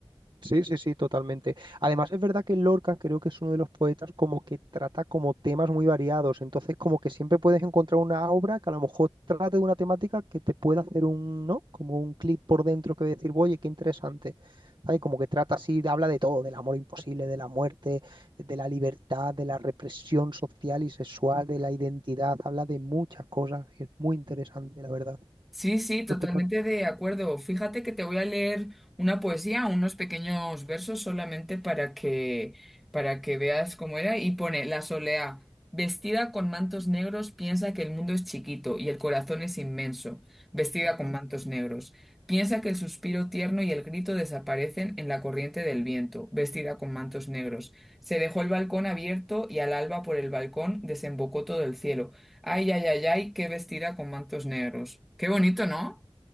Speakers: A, on the right; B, in the centre.
A: Sí, sí, sí, totalmente. Además, es verdad que Lorca creo que es uno de los poetas como que trata como temas muy variados, entonces como que siempre puedes encontrar una obra que a lo mejor trate de una temática que te pueda hacer un, ¿no? Como un clic por dentro que decir, oye, qué interesante. ¿Sabes? Como que trata así, habla de todo, del amor imposible, de la muerte, de la libertad, de la represión social y sexual, de la identidad, habla de muchas cosas y es muy interesante, la verdad.
B: Sí, sí, totalmente
A: ¿No te parece?
B: de acuerdo. Fíjate que te voy a leer una poesía, unos pequeños versos solamente para que para que veas cómo era y pone la solea vestida con mantos negros piensa que el mundo es chiquito y el corazón es inmenso, vestida
A: Ujú.
B: con mantos negros. Piensa que el suspiro tierno y el grito desaparecen en la corriente del viento, vestida con mantos negros. Se dejó el balcón abierto y al alba por el balcón desembocó todo el cielo. Ay, ay, ay, ay, qué vestida con mantos negros. Qué bonito, ¿no?